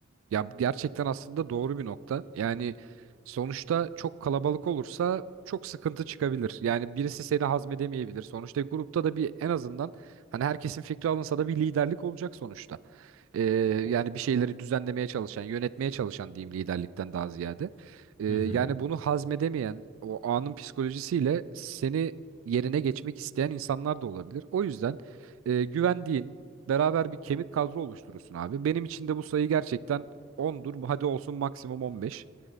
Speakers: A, on the right; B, on the left.
A: Ya gerçekten aslında doğru bir nokta. Yani sonuçta çok kalabalık olursa çok sıkıntı çıkabilir. Yani birisi seni hazmedemeyebilir. Sonuçta grupta da bir en azından hani herkesin fikri alınsa da bir liderlik olacak sonuçta. Ee,
B: O-
A: yani bir şeyleri düzenlemeye çalışan, yönetmeye çalışan diyeyim liderlikten daha ziyade. Ee,
B: Hı
A: yani
B: hı.
A: bunu hazmedemeyen, o anın psikolojisiyle seni yerine geçmek isteyen insanlar da olabilir. O yüzden e, güvendiğin, beraber bir kemik kadro oluşturursun abi. Benim için de bu sayı gerçekten ondur. Hadi olsun maksimum 15.